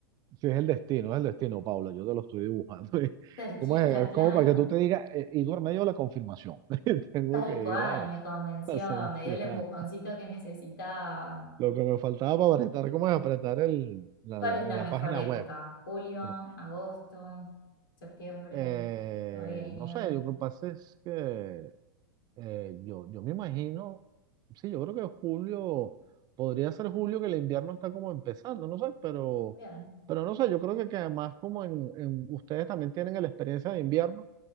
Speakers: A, on the right; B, on the left.
A: Sí, es el destino, es el destino, Paula. Yo te lo estoy dibujando. <laughs>
B: Cerquita,
A: ¿Cómo es? Es
B: claro.
A: como para que tú te digas, eh, Igor, me dio la confirmación. <laughs> Tengo
B: Tal
A: que
B: cual,
A: ir a,
B: me convenció,
A: a Santiago.
B: me dio el empujoncito que necesitaba.
A: Lo que me faltaba para apretar, ¿cómo es apretar el, la,
B: ¿Cuál
A: la-
B: es
A: en
B: la
A: la
B: mejor
A: página
B: época?
A: web?
B: ¿Julio,
A: Bueno,
B: agosto, septiembre?
A: Eh,
B: ¿Todavía hay nieve?
A: no sé, lo que pasa es que Eh, yo, yo me imagino, sí, yo creo que julio, podría ser julio que el invierno está como empezando, no sé, pero,
B: Bien,
A: pero no sé, yo creo que, que además como en, en- ustedes también tienen la experiencia de invierno,